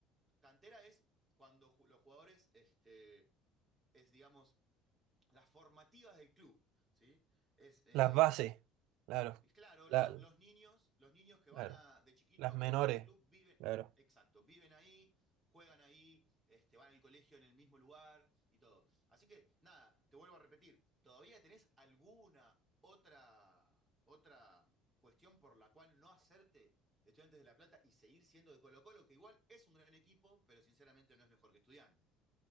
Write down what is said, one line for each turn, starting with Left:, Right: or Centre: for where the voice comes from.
Centre: Cantera es cuando los jugadores, este, es digamos, las formativas del club, ¿sí? Es eh,
Right: Las bases, claro.
Centre: Claro,
Right: La-
Centre: lo- los niños, los niños que
Right: claro.
Centre: van a, de chiquito
Right: Las
Centre: a jugar
Right: menores,
Centre: al club viven,
Right: claro.
Centre: exacto, viven ahí, juegan ahí, este, van al colegio en el mismo lugar y todo. Así que nada, te vuelvo a repetir, ¿todavía tenés alguna otra, otra cuestión por la cual no hacerte Estudiantes de La Plata y seguir siendo de Colo-Colo, que igual es un gran equipo, pero sinceramente no es mejor que Estudiantes?